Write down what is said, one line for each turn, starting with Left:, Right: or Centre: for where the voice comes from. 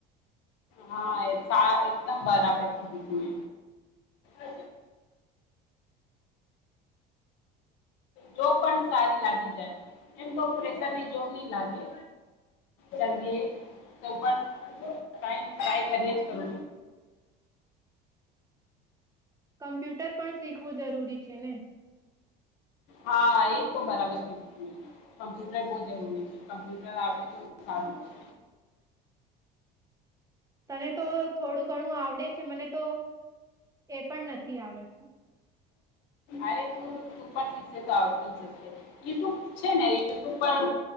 Left: હા, સા એકદમ બરાબર કીધી તું એ.
Right: <inaudible>
Left: જોબ પણ સારી લાગી જાય એમ તો પ્રેશરની જોબ નહી લાગે. જલ્દી એ તો પણ કઈ ટ્રાય કરીએ જ કરો
Right: કમ્પ્યુટર પણ શીખવું જરૂરી છે ને.
Left: હા, એ તો બરાબર કીધું તમે. કમ્પ્યુટર બહુ જરૂરી છે કમ્પ્યુટર આવડે તો સારું છે.
Right: તને તો થોડું ઘણું ઘણું આવડે છે, મને તો એ પણ નથી આવડશે.
Left: અરે તું તું પણ શીખશે તો આવડી જ યુટ્યુબ છે ને યુટ્યુબ પર